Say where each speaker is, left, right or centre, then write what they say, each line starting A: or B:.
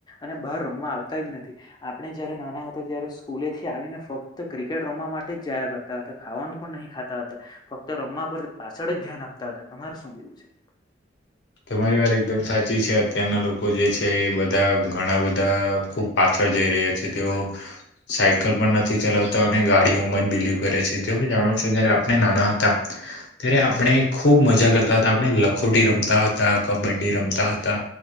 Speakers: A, on the left (about 20°); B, on the left (about 65°).
A: અને બહાર રમવા આવતા જ નથી આપણે જયારે નાના હતા ત્યારે સ્કૂલે થી આવીને ફક્ત ક્રિકેટ રમવા માટે જ જાયા કરતા હતા. ખાવાનું પણ નહીં ખાતા હતા ફક્ત રમવા પર પાછળ જ ધ્યાન આપતા હતા તમારે શું કેવું છે.
B: <inaudible> તમારી વાત એકદમ સાચી છે અત્યારના લોકો જે છે એ બધા ઘણા બધા ખુબ પાછા જઈ રહ્યા છે તેઓ સાયકલ પણ નથી ચલાવતા અને ગાડીઓમાં જ બિલીવ કરે છે તમે જાણો છો જયારે આપણે નાના હતા. ત્યારે આપણે ખુબ મજા કરતા હતા આપણે લખોટી રમતા તા હતા કબડ્ડી રમતા હતા